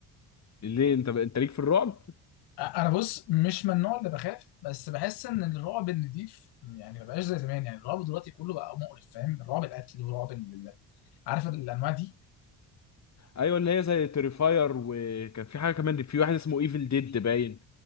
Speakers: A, on the left; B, on the left.
A: ليه انت انت ليك في الرعب
B: انا بص مش من النوع اللي بخاف بس بحس ان الرعب النضيف يعني ما بقاش زي زمان يعني الرعب دلوقتي كله بقى مقرف فاهم رعب القتل ورعب ال... ال- عارف الانواع دي
A: ايوه اللي هي زي تريفاير وكان في حاجه كمان في واحد اسمه ايفل ديد باين